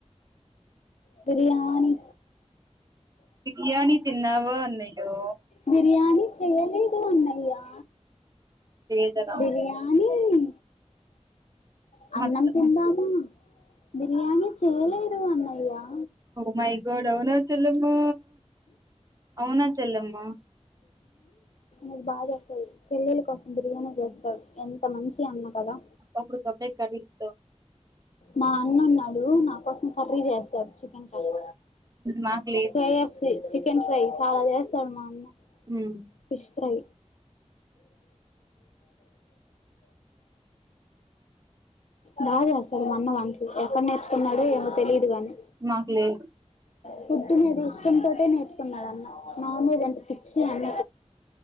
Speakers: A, on the left; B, on the right.
A: బిర్యానీ
B: బిర్యానీ తిన్నావా అన్నయ్యో
A: బిర్యానీ చెయ్యలేదు అన్నయ్యా
B: లేదరా
A: బిర్యానీ ఎలా మ అన్నం
B: మట్
A: తిందామా బిర్యానీ చేయలేదు అన్నయ్య ఆ
B: మై గోడ్ అవునా చల్లమ్మా అవునా చల్లమ్మా
A: అది బాగా చేస్తంది చెల్లెల కోసం బిర్యానీ చేస్తారు ఎంత మంచి అన్న కదా
B: అప్పుడు కప్పుడే కర్రిస్ తో
A: మా నా కోసం కర్రీ చేస్తాడు చికెన్ కర్రీ
B: మాకు లేదు
A: కేఎఫ్సి చికెన్ ఫ్రై చాలా చేస్తాడు మా అన్న
B: ఉమ్,
A: ఫిష్ ఫ్రై బాగా చేస్తాడు మన్న వంటలు ఎక్కడ నేర్చుకున్నాడో ఏమో తెలిదు గాని
B: మాకు లేదు
A: ఫుడ్ మీద ఇష్టం తోటే నేర్చు న్నాడన్న నాన్ వెజ్ అంటే పిచ్చి అన్న